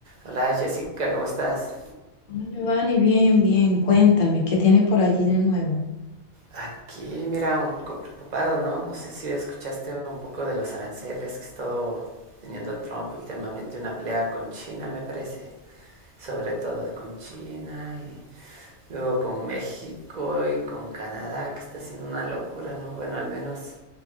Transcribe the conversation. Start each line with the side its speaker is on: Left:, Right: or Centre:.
Right: Hola Jessica, ¿cómo estás?
Left: Bueno, Giovanni, bien, bien, cuéntame, ¿qué tienes por allí de nuevo?
Right: Aquí, mira, un poco preocupado, ¿no? No sé si escuchaste un poco de los aranceles que ha estado teniendo Trump últimamente, una pelea con China, me parece, sobre todo con China y luego con México y con Canadá, que está haciendo una locura, ¿no? Bueno, al menos